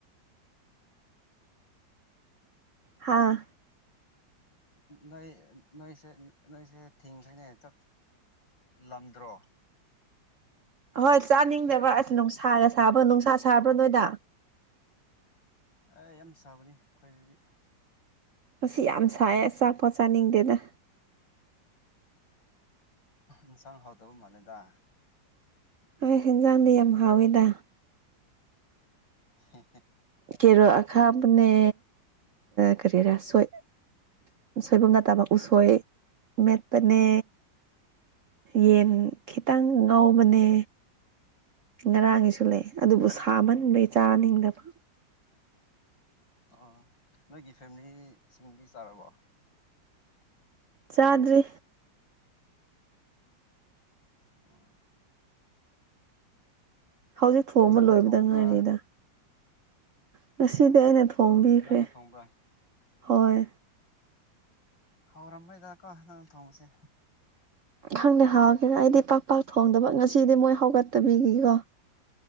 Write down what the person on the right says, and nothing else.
ꯍꯥꯥ
ꯍꯣꯏ ꯆꯥꯅꯤꯡꯗꯕ ꯑꯁ ꯅꯨꯡꯁꯥꯒ ꯁꯥꯕ꯭ꯔꯣ ꯅꯨꯡꯁꯥ ꯁꯥꯕ꯭ꯔꯣ ꯅꯣꯏꯗ
ꯃꯁꯤ ꯌꯥꯝ ꯁꯥꯏ ꯑ ꯆꯥꯛꯄꯣꯠ ꯆꯥꯅꯤꯡꯗꯦꯅ
ꯑꯩ ꯍꯦꯟꯖꯥꯡꯗꯤ ꯌꯥꯝ ꯍꯥꯎꯋꯤꯗ
ꯀꯦꯔꯣ ꯑꯈꯥꯕꯅꯦ ꯀꯔꯤ ꯔꯁꯣꯏ ꯁꯣꯏꯕꯨꯝꯗ ꯇꯕ ꯎꯁꯣꯏ ꯃꯦꯠꯄꯅꯦ ꯌꯦꯟ ꯈꯤꯇꯪ ꯉꯥꯎꯕꯅꯦ ꯉꯔꯥꯡꯒꯤꯁꯨ ꯂꯩ ꯑꯗꯨꯕꯨ ꯁꯥꯃꯟꯕꯩ ꯆꯥꯅꯤꯡꯗꯕ
ꯆꯥꯗꯔꯤ
ꯍꯧꯖꯤꯛ ꯊꯣꯡꯕ
ꯂꯣꯏꯕꯗ
ꯉꯥꯏꯔꯤꯗ ꯉꯁꯤꯗꯤ
ꯑꯩꯅ ꯊꯣꯡꯕꯤꯈ꯭ꯔꯦ
ꯍꯣꯏ
ꯈꯪꯗꯦ ꯍꯥꯎꯒꯦꯔ ꯑꯩꯗꯤ ꯄꯥꯛ ꯄꯥꯛ ꯊꯣꯡꯗꯕ ꯉꯁꯤꯗꯤ ꯃꯣꯏ ꯍꯧꯒꯠꯇꯕꯤꯅꯤꯀꯣ ꯁ